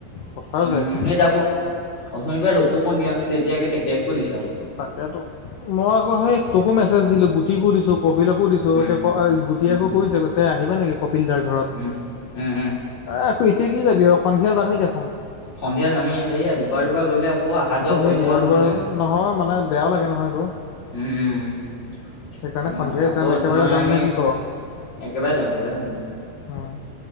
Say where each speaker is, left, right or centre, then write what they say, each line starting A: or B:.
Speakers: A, on the left; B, on the left.
A: পথাৰ
B: উম
A: যায় সি
B: উম তাকো। অথনিৰ পৰা ৰ'দটো অকণ দিয়া নাছিলে এতিয়া আকৌ তেক তেক কৈ দিছে আকৌ।
A: তাকেতো মই আকৌ সেই তোকো মেছেজ দিলো, গুটিকো দিছো, কপিলকো দিছো।
B: উম
A: এতিয়া ক গুটিয়ে
B: উম
A: আকৌ কৈছে কৈছে আহিবা নেকি কপিল দাৰ ঘৰত।
B: উম উম উম
A: অ এতিয়া কি যাবি আৰু সন্ধিয়া যামেই দেখোন।
B: সন্ধিয়া যামি সেয়ে দুবাৰ দুবাৰ গ'লে আকৌ। আকৌ অহা-যোৱা কৰিছোগে
A: সেই দুবাৰ
B: সলনি,
A: দুবাৰ নহয় মানে বেয়াও লাগে নহয় আকৌ।
B: উমঁ-উঁম।
A: সেইকাৰণে
B: ইমান
A: সন্ধিয়াই
B: ভাল। আকৌ
A: যাম একেবাৰে
B: তোমাৰ
A: যাম
B: আমি
A: নে কি ক
B: একেবাৰে যাম, একেবাৰে যাম দিয়া।
A: উম।